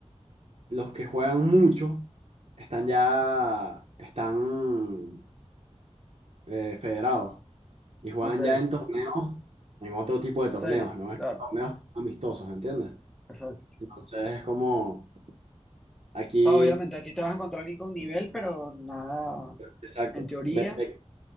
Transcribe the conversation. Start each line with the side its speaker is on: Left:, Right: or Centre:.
Right: los que juegan mucho están ya, están eh, federados y juegan
Centre: Ok.
Right: ya en torneos, en otro tipo de torneos,
Centre: Serio.
Right: ¿no? Estos
Centre: Claro.
Right: torneos amistosos, ¿entiendes?
Centre: Exacto.
Right: Entonces es como aquí,
Centre: Ah, obviamente, aquí te vas a encontrar alguien con nivel, pero nada.
Right: exacto.
Centre: En teoría,
Right: Ve, ve-